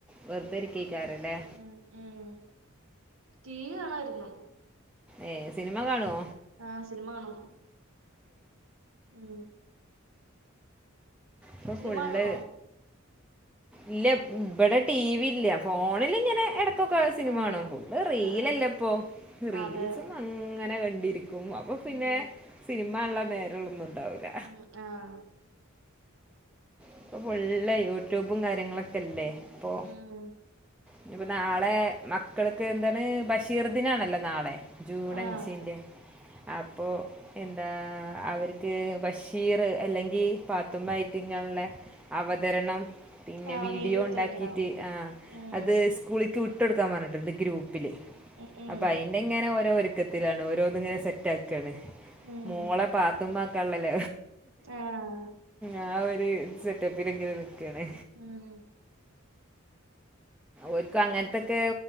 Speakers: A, in the centre; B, on the right.
A: വെറുതെരിക്കക്കാരല്ലേ.
B: ഉം ഉം ടീവികാണായിരുന്നു.
A: ഏ സിനിമ കാണോ?
B: ആഹ് സിനിമ കാണും ഉം
A: പ്പൊ
B: സിനിമ
A: ഫുള്ള്.
B: കാണുവോ
A: ഇല്ല ബടെ ടിവി ഇല്ല ഫോണിൽ ഇങ്ങനെ എട ഇപ്പൊക്കെ സിനിമകാണും
B: ആഹ്
A: റീലല്ല
B: ആഹ് ആഹ്
A: ഇപ്പൊ റീൽസ്
B: അതെ
A: അങ്ങനെ കണ്ടിരിക്കും അപ്പൊ പിന്നെ
B: ഉം
A: സിനിമ കാണാനുള്ള നേരോന്നുണ്ടാവുല്ല.
B: ഉം ആഹ്
A: ഇപ്പൊ ഫുള്ള് യൂട്യൂബും കാര്യങ്ങളൊക്കെല്ലേ ഇപ്പൊ.
B: ഉം
A: ഇനിപ്പൊ നാളെ മക്കൾക്ക് എന്താണ് ബഷീർദിനാണല്ലോ നാളെ. ജൂൺ
B: ആഹ്
A: അഞ്ചിൻ്റെ അപ്പോ എന്താ അവർക്ക് ബഷീർ അല്ലെങ്കി പാത്തുമ്മാ ഐറ്റങ്ങളുള്ള. അവതരണം പിന്നെ
B: ആഹ്
A: വീഡിയോ
B: എടുത്ത്
A: ഇണ്ടാക്കിട്ട്
B: അയക്കണോ
A: ആഹ്
B: ഉം
A: അത് സ്കൂളിക്ക് വിട്ടൊടുക്കാൻ പറഞ്ഞിട്ട്ണ്ട് ഗ്രൂപ്പില്
B: ഉം ഉം
A: അപ്പ അയിന്. ഇങ്ങനെ ഓരോ ഒരുക്കത്തിലാണ് ഓരോന്ന് ഇങ്ങനെ സെറ്റ് ആക്കാണ്
B: ഉം
A: മോളെ പാത്തുമ്മ കള്ളല
B: ആഹ്
A: ആഹ് ഒരു സെറ്റപ്പിലൊക്കെ നിക്കാണ്.
B: ഉം
A: ഓൽക്ക് അങ്ങനത്തൊക്കെ